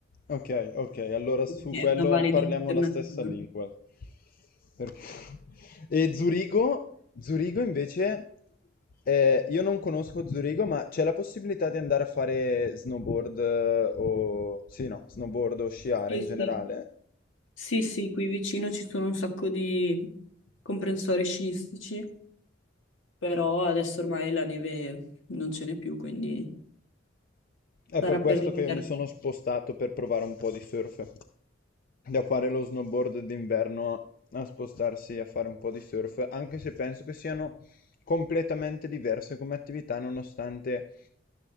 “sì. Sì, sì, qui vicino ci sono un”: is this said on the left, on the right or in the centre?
Left